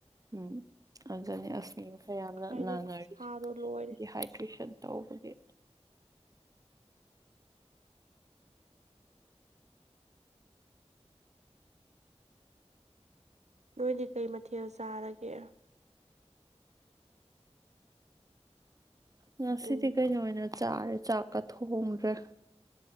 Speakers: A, on the right; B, on the right.
A: ꯎꯝ ꯑꯗꯨꯅꯤ ꯑꯁꯅꯤ ꯃꯁ ꯌꯥꯝꯅ
B: ꯀꯥꯏꯗꯩ
A: ꯅꯥꯟꯅꯔꯤꯁꯦ
B: ꯈꯨꯠꯁꯥꯗꯣ ꯂꯣꯏꯔꯦ
A: ꯗꯤꯍꯥꯏꯗ꯭꯭ꯔꯔꯤꯁꯟ ꯇꯧꯕꯒꯤ
B: ꯅꯣꯏꯗꯤ ꯀꯩ ꯃꯊꯦꯜ ꯆꯥꯔꯒꯦ
A: ꯉꯁꯤꯗꯤ
B: ꯎꯝ
A: ꯀꯩꯅꯣ ꯑꯣꯏꯅ ꯆꯥꯔꯦ ꯆꯥꯛꯀ ꯊꯣꯡꯗ꯭ꯔꯦ